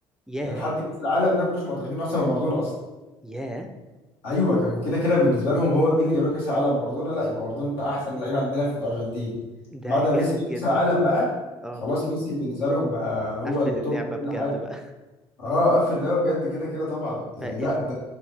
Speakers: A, in the centre; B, on the left (about 80°).
A: ياه
B: يعني لحد كاس العالم ده كلش معترفين إنه احسن من مارادونا اصلا
A: ياه
B: ايوه كانوا كده كده بالنسبه لهم هو مين اللي جاب لهم كاس العالم مارادونا لا يبقى مارادونا احسن لعيب عندنا في الارجنتين
A: ده
B: بعد ما
A: جامد
B: ميسي جه كاس
A: جدا
B: العالم بقى
A: اه
B: خلاص ميسي بالنسبه لهم بقى هو
A: قفل
B: التوب
A: اللعبة
B: في كل
A: بجد
B: حاجه
A: بقى
B: اه قفل اللعبه بجد كده كده طبعا
A: <laughs>
B: يعني
A: فال
B: لا ده